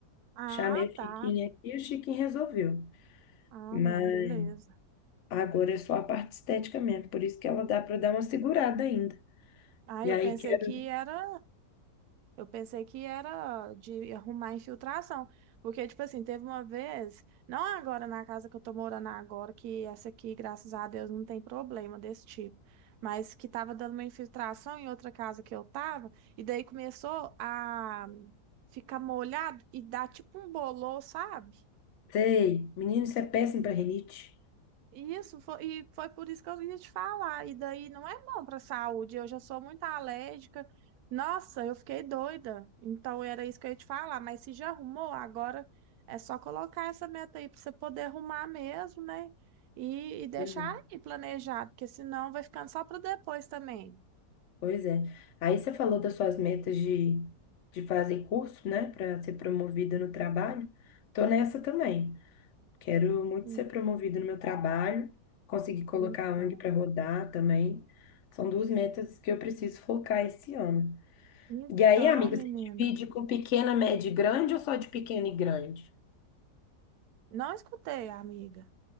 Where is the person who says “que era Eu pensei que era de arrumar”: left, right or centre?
Right